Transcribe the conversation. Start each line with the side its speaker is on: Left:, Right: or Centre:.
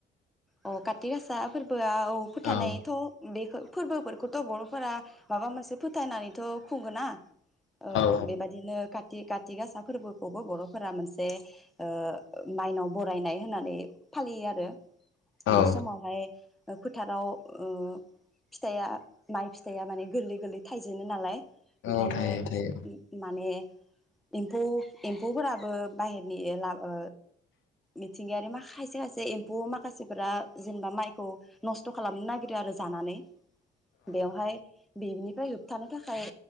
Centre: अ काति गासा फोर बोआव फोथानायथ
Left: औ
Centre: बेखो फोरबोफोरखौथ बर'फोरा माबा मोनसे फोथायनानैथ खुङो ना। ओ
Left: औ
Centre: बेबायदिनो का थि काति गासा फोरबोखौबो बर'फोरा मोनसे ओ माइनाव बरायनाय होननानै फालियो आरो।
Left: औ
Centre: बे समावहाय फोथाराव ओ फिथाइया माइ फिथाइया माने गोरलै गोरलै थाइजेनो नालाय। ओंखायनो
Left: औ थायो थायो
Centre: माने एमफौ एम्फौफोराबो बाहेरनि ओ ओ मिथिंगायारि मा खायसे खायसे एम्फौ माखासे फोरा जेनेबा माइखौ नस्थ खालामनो नागिरो आरो जानानै बेवहाय बेनिफ्राय होबथानो थाख थाखाय